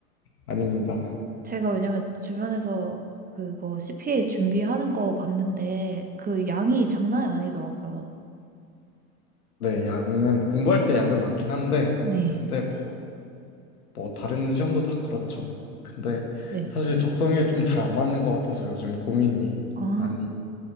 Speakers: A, on the left; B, on the right.
A: 아닙니다.
B: 제가 왜냐면 주변에서 그거 CPA 준비하는 거 봤는데 그 양이 장난이 아니더라고요.
A: 네, 양은 공부할 때 양은 많긴 한데
B: 네.
A: 근데 뭐, 뭐 다른 시험도 다 그렇죠. 근데
B: 네.
A: 사실 적성에 좀 잘 안 맞는 것 같아서 요즘 고민이
B: 아,
A: 많이